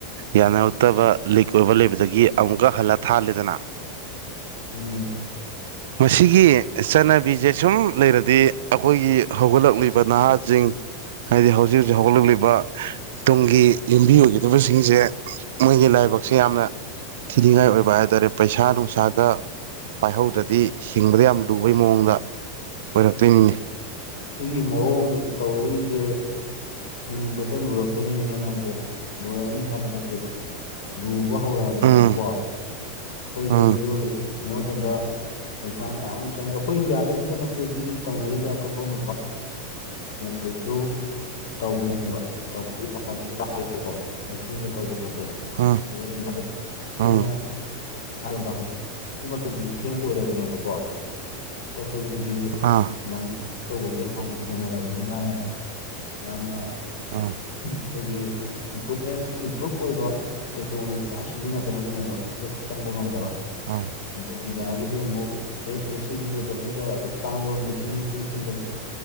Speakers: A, on the right; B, on the left.
A: ꯌꯥꯅꯔꯛꯇꯕ ꯂꯤꯛ ꯑꯣꯏꯕ ꯂꯩꯕꯗꯒꯤ ꯑꯃꯨꯛꯀ ꯍꯜꯂ ꯊꯥꯜꯂꯤꯦꯗꯅ
B: ꯎꯝ
A: ꯃꯁꯤꯒꯤ ꯆꯠꯅꯕꯤꯁꯦ ꯁꯨꯝ ꯂꯩꯔꯗꯤ ꯑꯩꯈꯣꯏꯒꯤ ꯍꯧꯒꯠꯂꯛꯂꯤꯕ ꯅꯍꯥꯁꯤꯡ ꯍꯥꯏꯗꯤ ꯍꯧꯖꯤꯛ ꯍꯧꯖꯤꯛ ꯍꯧꯒꯠꯂꯛꯂꯤꯕ ꯇꯨꯡꯒꯤ ꯌꯨꯝꯕꯤ ꯑꯣꯏꯒꯗꯕꯁꯤꯡꯁꯦ ꯃꯣꯏꯒꯤ ꯂꯥꯏ ꯊꯥꯏꯕꯛꯁꯦ ꯌꯥꯝꯅ ꯊꯤꯅꯤꯡꯉꯥꯏ ꯑꯣꯏꯕ ꯍꯥꯏꯇꯥꯔꯦ ꯄꯩꯁꯥ ꯅꯨꯡꯁꯥꯒ ꯄꯥꯏꯍꯧꯗ꯭ꯔ ꯇꯤ ꯍꯤꯡꯕꯗ ꯌꯥꯝ ꯂꯨꯕꯩ ꯃꯑꯣꯡꯗ ꯑꯣꯏꯔꯛꯇꯣꯏꯅꯤꯅꯤ
B: ꯁꯤꯒꯤ ꯃꯑꯣꯡ ꯇꯧꯔꯛꯏꯁꯦ ꯍꯤꯡꯕꯗ ꯂꯨꯔꯛꯄꯅꯤꯅꯦꯍꯦ ꯅꯪꯕꯨ ꯂꯨꯔꯛꯑꯅꯤ ꯍꯥꯏꯕ ꯅꯠꯇꯦꯕ ꯂꯨꯕ ꯍꯧꯔꯛꯑꯕꯅꯦꯕꯀꯣ
A: ꯎꯝ
B: ꯑꯩꯈꯣꯏꯁꯦ
A: ꯎꯝ
B: ꯃꯤꯑꯣꯏꯕ ꯌꯦꯤꯡꯕ ꯃꯇꯝꯗ ꯄꯩꯁꯥ ꯃꯌꯥꯝ ꯆꯪꯉꯦ ꯑꯩꯈꯣꯏ ꯏꯟꯗꯤꯌꯥꯗ ꯈꯛꯇ ꯅꯠꯇꯦ ꯁꯤꯒꯤ ꯇꯧꯅꯔꯤꯁꯦ ꯑꯇꯣꯞꯄ ꯃꯄꯥ ꯗꯁꯨ ꯇꯧꯅꯦꯕ ꯇꯒꯤ ꯍꯥꯏꯦꯀꯣ ꯍꯥꯏꯀꯤꯡꯒ ꯇꯧꯕ ꯈꯣꯠꯄ ꯌꯥ
A: ꯎꯝ
B: ꯑꯗꯨꯗ ꯏꯟꯗꯤꯌꯥꯗ ꯈꯤꯇꯪ ꯊꯦꯡꯅ
A: ꯎꯝ
B: ꯍꯥꯏꯕꯗ ꯍꯧꯖꯤꯛꯀꯤ ꯃꯇꯝꯗꯗꯤ ꯊꯦꯡꯕ ꯑꯣꯏꯔꯕꯅꯦꯕꯀꯣ ꯑꯣꯏꯁꯤꯡꯗꯤ
A: ꯑꯥ
B: ꯁꯨꯃꯥꯏꯅ ꯇꯧꯕꯁꯦ ꯍꯥꯟꯅ ꯊꯦꯡꯅꯔꯕꯅꯤꯅꯅꯦ ꯌꯥꯝꯅ
A: ꯑꯥ
B: ꯑꯩꯈꯣꯏꯒꯤ ꯏꯝꯄ꯭ꯔꯨꯞꯃꯦꯟ ꯏꯝꯄ꯭ꯔꯨꯞ ꯑꯣꯏꯕ ꯇꯦꯛꯅꯣꯂꯣꯖꯤ ꯃꯌꯥꯝ ꯁꯤꯖꯤꯟꯅꯒꯗꯕꯅꯦꯕ ꯍꯦꯛ ꯆꯪꯕ ꯉꯝꯗꯕ
A: ꯑꯥ
B: ꯑꯗꯣ ꯏꯟꯗꯤꯌꯥꯒꯤꯗꯤ ꯑꯃꯨꯛ ꯑꯦꯁ ꯑꯦꯁ ꯁꯤꯒꯤꯗꯃꯛꯇ ꯑꯗꯨꯛ ꯇꯥꯡꯕ ꯃꯦꯆꯤꯟ ꯃꯦꯆꯤꯟ ꯈꯤꯟꯊꯅ